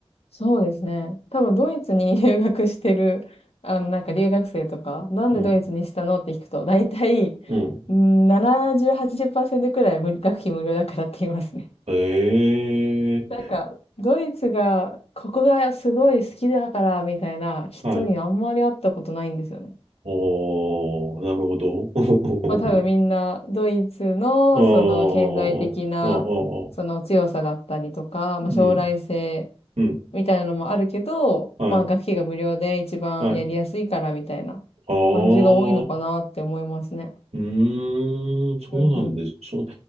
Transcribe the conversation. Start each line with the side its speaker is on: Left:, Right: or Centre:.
Left: そうですね。多分ドイツに <laughs> 留学してる、あのなんか留学生とか、なんでドイツにしたのって聞くと、
Right: うん。
Left: 大体、
Right: うん。
Left: うん70、80%くらい無学費無料だからって言いますね。
Right: ええ
Left: なんか、ドイツが、ここがすごい好きだから、みたいな人にあんまり会ったことないんですよね。
Right: はい。おー、なるほど。<laughs>
Left: まあ多分みんなドイツのその経済的なその強さだったりとか、
Right: あーあ、ああ、ああ、
Left: まあ将来性
Right: うん、うん。
Left: みたいなのもあるけど、
Right: はい、
Left: まあ学費が無料で一番やりやすいからみたいな感じが多いのかなって思いますね。
Right: はい。ああ、うーん、そうなんです。
Left: うんうん。
Right: そう、